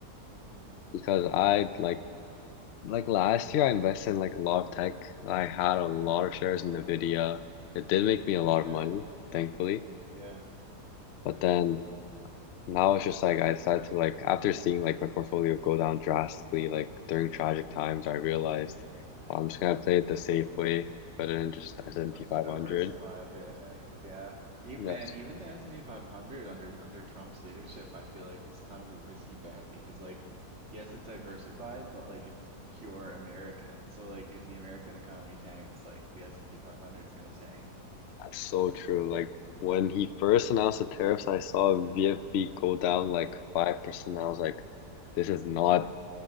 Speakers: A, on the right; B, on the left.
A: Mhm.
B: because I like like last year I invested in like a lot of tech. I had a lot of shares in NVIDIA. It did make me a lot
A: Yeah.
B: of money, thankfully.
A: Yeah.
B: But
A: Good.
B: then Now it's just like I decided to like after seeing like my portfolio go down drastically like during tragic times, I realized
A: <laughs>
B: well, I'm just gonna play it the safe way, better than just S&P
A: Yeah, let's
B: 500.
A: diversify a bit, eh? Yeah. Even,
B: Yes,
A: man, even the S&P 500 under under Trump's leadership, I feel like is kind of a risky bet because like yes, it's diversified, but like it's pure American. So like if the American economy tanks, like the S&P 500 is going to tank.
B: that's so true. Like when he first announced the tariffs, I saw VFB go down like 5%. I was like, this is
A: <laughs>
B: not